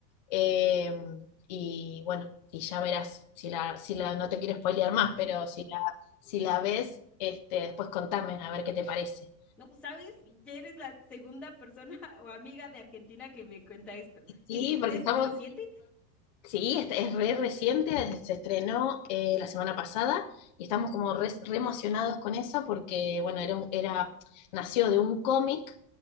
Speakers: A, on the left (about 30°); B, in the centre.
A: Eh, y bueno, y ya verás, si la, si la, no te quiero spoilear más, pero si la, si la ves, este, después contame a ver qué te parece.
B: No, ¿sabes? Ya eres la segunda persona <laughs> o amiga de Argentina que me cuenta esto.
A: Sí,
B: ¿Es,
A: porque
B: es
A: estamos...
B: reciente?
A: Sí, este es re reciente, se estrenó eh, la semana pasada y estamos como re, re emocionados con eso porque, bueno, era, un- era nació de un cómic